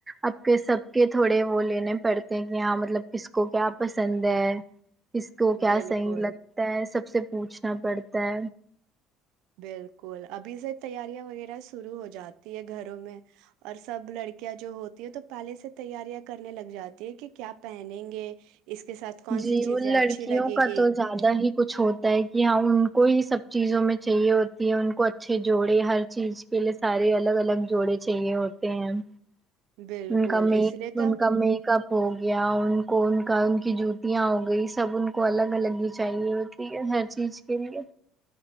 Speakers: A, on the right (about 20°); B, on the right (about 75°).
A: اب کے سب کے تھوڑے وہ لینے پڑتے ہیں کہ یہاں مطلب کس کو کیا پسند ہے کس کو کیا
B: بالکل
A: صحیح لگتا ہے سب سے پوچھنا پڑتا تا
B: بالکل ابھی سے تیاریاں وغیرہ شروع ہو جاتی ہے گھروں میں اور سب لڑکیاں جو ہوتی ہے تو پہلے سے تیاریاں کرنے لگ جاتی ہے کہ کیا پہنیں گے اس کے ساتھ کون
A: جی
B: سی چیزیں
A: ان لڑکیوں
B: اچھی لگے
A: کا
B: گی
A: تو زیادہ ہی کچھ ہوتا ہے کہ ہاں ان کو ہی سب چیزوں میں چاہیے ہوتی ہے ان کو اچھے جوڑے ہر چیز کے لیے سارے الگ الگ جوڑے چاہیے ہوتے ہیں ان
B: بالکل
A: کا م
B: اس لیے تو
A: ان کا میک اپ ہو گیا ان کو ان کا ک جووت ں ہو گئی سب ان کو الگ الگ ہی چاہیے ہوتی ہر چیز کے لیے